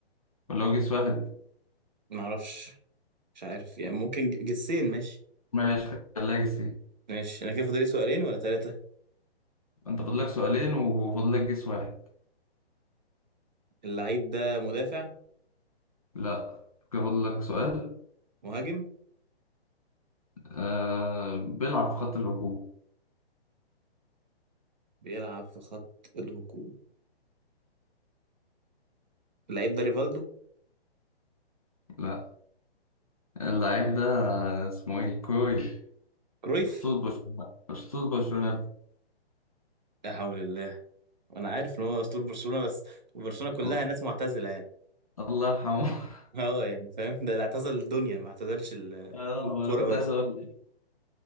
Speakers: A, on the left; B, on the right.
A: ولو جيس واحد
B: ما اعرفش مش عارف يعني ممكن ج- جسين ماشي
A: ماشي خليها جيس ايه
B: ماشي انا كده فاضل لي سؤالين ولا ثلاثة
A: انت فاضلك سؤالين وفاضلك جيس واحد
B: اللعيب ده مدافع
A: لا كده فاضلك سؤال
B: مهاجم
A: آه بيلعب في خط الهجوم
B: بيلعب في خط الهجوم اللعيب ده ريفالدو
A: لا اللعيب ده اسمه ايه كوي
B: كرويف
A: اسطول برشلونة اسطول برشلونة
B: لا حول الله وانا عارف ان هو اسطورة برشلونة بس برشلونة كلها
A: الله
B: ناس معتزلة يعني
A: الله يرحمه <laughs>
B: <laughs> اه يعني فاهم ده اللي اعتزل الدنيا ما اعتزلش ال-
A: اه
B: الكرة
A: انا كنت
B: بس
A: عايز اقول ايه